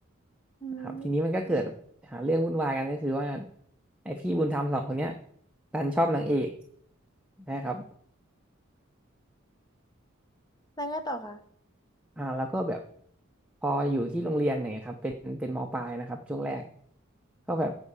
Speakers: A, on the left; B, in the centre.
A: อื
B: นะครับทีนี้มันก็เกิดหาเรื่องวุ่นวายกันก็คือว่า
A: ม
B: ไอพี่บุญธรรมสองคนเนี้ยดันชอบนางเอกนะครับ
A: แล้วไงต่อคะ
B: อ่าแล้วก็แบบพออยู่ที่โรงเรียนอย่างเงี้ยครับเป็นเป็นมปลายนะครับช่วงแรกก็แบบ